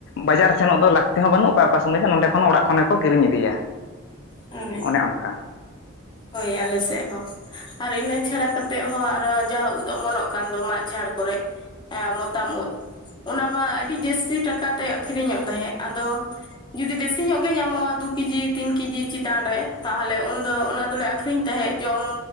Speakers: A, on the left; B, on the left.
A: ᱵᱟᱡᱟᱨ ᱥᱮᱱᱚᱜ ᱫᱚ ᱞᱟᱹᱠᱛᱤ ᱦᱚᱸ ᱵᱟᱹᱱᱩᱜ ᱚᱠᱟ ᱚᱠᱟ ᱥᱚᱢᱚᱭ ᱫᱚ ᱱᱚᱸᱰᱮ ᱠᱷᱚᱱ ᱚᱲᱟᱜ ᱠᱷᱚᱱ ᱜᱮ ᱠᱚ ᱠᱤᱨᱤᱧ ᱤᱫᱤᱭᱟ,
B: ᱦᱳᱭ
A: ᱚᱱᱮ ᱚᱱᱠᱟ᱾
B: ᱦᱳᱭ ᱟᱞᱮ ᱥᱮᱫ ᱦᱚᱸ, ᱟᱨ ᱤᱱᱟᱹ ᱪᱷᱟᱲᱟ ᱠᱟᱛ ᱛᱮᱫ ᱦᱚᱸ ᱟᱨᱚ ᱡᱟᱦᱟᱸ ᱩᱫᱽ ᱚᱢᱚᱱᱚᱜ ᱠᱟᱱ ᱫᱚ ᱢᱟᱫ ᱡᱷᱟᱲ ᱠᱚᱨᱮᱜ ᱮᱸ ᱢᱚᱛᱟᱢ ᱩᱫᱽ᱾ ᱚᱱᱟ ᱢᱟ ᱟᱹᱰᱤ ᱡᱟᱹᱥᱛᱤ ᱴᱟᱠᱟ ᱛᱮ ᱟᱠᱷᱨᱤᱧᱚᱜ ᱛᱟᱦᱮᱸᱫ ᱟᱫᱚ ᱡᱩᱫᱤ ᱵᱮᱥᱤ ᱧᱚᱜ ᱜᱮ ᱧᱟᱢᱚᱜᱼᱟ ᱫᱩ ᱠᱮᱡᱤ ᱛᱤᱱ ᱠᱮᱡᱤ ᱪᱮᱛᱟᱱ ᱨᱮ ᱛᱟᱦᱚᱞᱮ ᱩᱱ ᱫᱚ ᱚᱱᱟ ᱫᱚᱞᱮ ᱟᱠᱷᱨᱤᱧ ᱛᱟᱦᱮᱸᱫ ᱡᱚᱢ